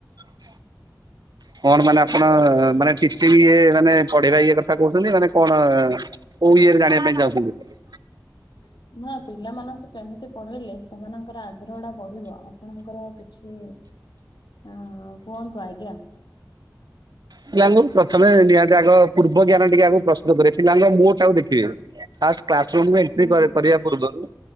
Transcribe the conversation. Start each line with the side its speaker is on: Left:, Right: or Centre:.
Right: । କଣ ମାନେ ଆପଣ ମାନେ ଚ ଇଏ ମାନେ ପଢେଇବା ଇଏ କଥା କହୁଛନ୍ତି ମାନେ କଣ? ଓ ଇଏରେ ଜାଣିବା ପାଇଁ ଚାଉଛନ୍ତି?
Left: <inaudible> ନା ପିଲାମାନଙ୍କୁ କେମିତି ପଢେଇଲେ ସେମାନଙ୍କର ଆଗ୍ରହ ଟା ବଢିବ ଆପଣଙ୍କର କିଛି ଅ, କୁହନ୍ତୁ ଆଜ୍ଞା।
Right: ପିଲାଙ୍କୁ ପ୍ରଥମେ ନିହାତି ଆଗ ପୂର୍ବ ଜ୍ଞାନ ଟିକେ ଆଗକୁ ପ୍ରସ୍ତୁତ କରିବେ, ପିଲାଙ୍କ <unintelligible> ତାକୁ ଦେଖିବେ। ଫାଷ୍ଟ କ୍ଲାସ୍ ରୁମ୍ କୁ ଏଣ୍ଟ୍ରି
Left: ହୁଁ
Right: କରିବା
Left: ହୁଁ
Right: ପୂର୍ବରୁ